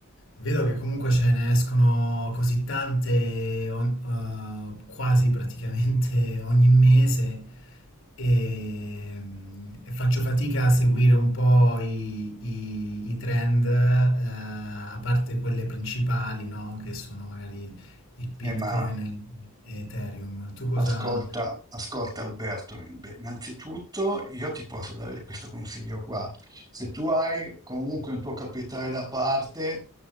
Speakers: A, on the left (about 60°); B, on the right (about 20°).
A: Vedo che comunque ce ne escono così tante, on- eh, quasi praticamente <laughs> ogni mese, e, mm, e faccio fatica a seguire un po' i, i- i trend, eh, a parte quelle principali, no? Che sono magari il Bitcoin
B: Eh, ma
A: e e Ethereum. Tu cosa...
B: ascolta, ascolta Alberto, beh, innanzitutto io ti posso dare questo consiglio qua. Se tu hai comunque un tuo capitale da parte,